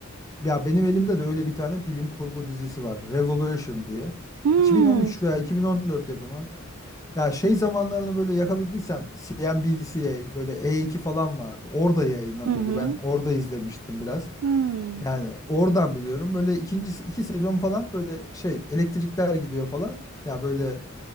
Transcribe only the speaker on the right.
Hmm.
Hı hı.
Hmm.